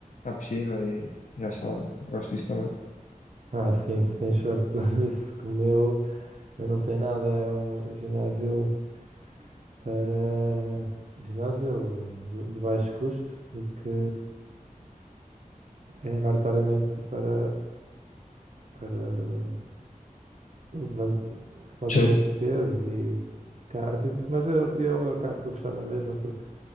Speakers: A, on the left; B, on the right.
A: à piscina e, e à sauna. Gosto disso também.
B: Ah, sim, tu tens sorte <laughs> nisso, que o meu não tem nada, é um ginásio para ginásio de, de baixo custo e que é maioritariamente para, para levant- levantamento
A: Sim.
B: de peso e cardio, mas eu, eu acabo por gostar na mesma porque